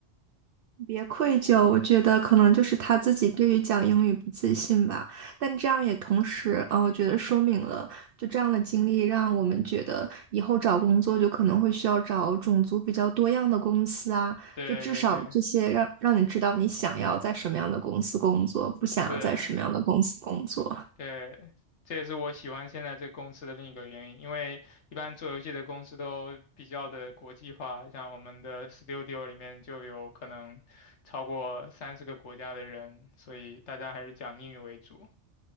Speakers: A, on the right; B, on the left.
A: 别愧疚。我觉得可能就是他自己对于讲英语不自信吧，但这样也同时，呃，我觉得说明了就这样的经历，让我们觉得以后找工作就可能会需要找种族比较多样的公司啊，
B: <laughs> 对对对，
A: 就至少这些让让你知道你想要在什么样的公司工作，不想要在什么样的公司工作。
B: 是。对，这也是我喜欢现在这公司的另一个原因，因为一般做游戏的公司都比较的国际化，像我们的 Studio 里面就有可能超过三十个国家的人，所以大家还是讲英语为主。